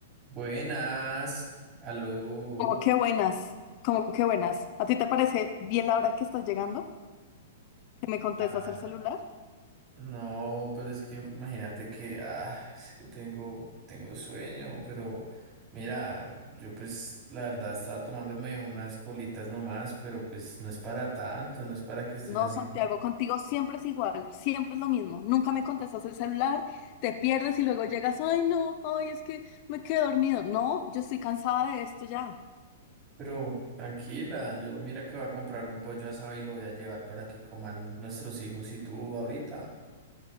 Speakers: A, on the right; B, on the left.
A: Buenas, aló.
B: Como que buenas, como que buenas. ¿A ti te parece bien la hora que estás llegando? ¿Que me contestas
A: Ah,
B: el celular?
A: no, pero es que imagínate que, ah, es que tengo, tengo sueño, pero mira, yo pues la verdad estaba tomándome unas politas nomás, pero pues no es para tanto, no es para que estés
B: No,
A: así.
B: Santiago, contigo siempre es igual, siempre es lo mismo. Nunca me contestas el celular, te pierdes y luego llegas, ay no, ay es que me quedé dormido. No, yo estoy cansada de esto ya.
A: Pero tranquila, yo mira que voy a comprar un pollo asado y lo voy a llevar para que coman nuestros hijos y tú ahorita.